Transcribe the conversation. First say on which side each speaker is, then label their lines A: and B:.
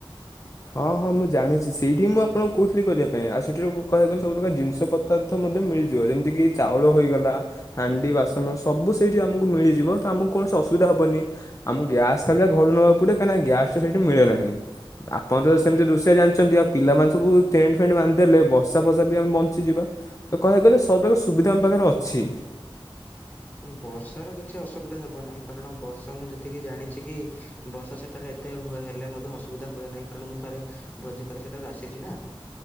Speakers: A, on the left; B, on the left.
A: ହଁ ହଁ ମୁଁ ଜାଣିଛି। ସେଇଠି ମୁଁ ଆପଣଙ୍କୁ କହୁଥିଲି କରିବା ପାଇଁ ଆଉ ସେଇଠି କହିବାକୁ ଗଲେ ସବୁ ପ୍ର୍ରକାର ଜିନିଷ ପତାର୍ଥ ମଧ୍ୟ ମିଳିଯିବ ଯେମିତିକି ଚାଉଳ ହୋଇଗଲା। ହାଣ୍ଡି ବାସନ ସବୁ ସେଇଠି ଆମକୁ ମିଳିଯିବ। ତ ଆମକୁ କୌଣସି ଅସୁବିଧା ହେବନି। ଆମକୁ ଗ୍ୟାସ୍ ଖାିଲା ଘରୁ ନେବାକୁ ପଡ଼େ କାହିଁକିନା ଗ୍ୟାସ୍ଟା ସେଇଠି ମିଳେ ନାହିଁ। ଆପ ସେମିତି ରୁଷିଆ ଜାଣିଛନ୍ତି। ଆଉ ପିଲାମାନେ ସବୁ ଟେଣ୍ଟ ଫେଣ୍ଟ ବାନ୍ଧିଦେଲେ। ବସା ଫସା ବି ଆମେ ବଞ୍ଚିଯିବା। ତ କହିବାକୁ ଗଲେ ସବୁ ପ୍ରକାର ସୁବିଧା ଆମ ପାଖରେ ଅଛି।
B: ବର୍ଷାର କିଛି ଅସୁବିଧା ହେବ। ନାହିଁ କାରଣ ବର୍ଷା ମୁଁ ଯେତିକି ଜାଣିଛି, କି ବର୍ଷା ସେଠାରେ ଏତେ ହେଲେ ମଧ୍ୟ ଅସୁବିଧା ହୁଏ ନାହିଁ। କାରଣ ମୁଁ ଥରେ ଭୋଜି କରି ସେଠାାରୁ ଆସିଛି ନା।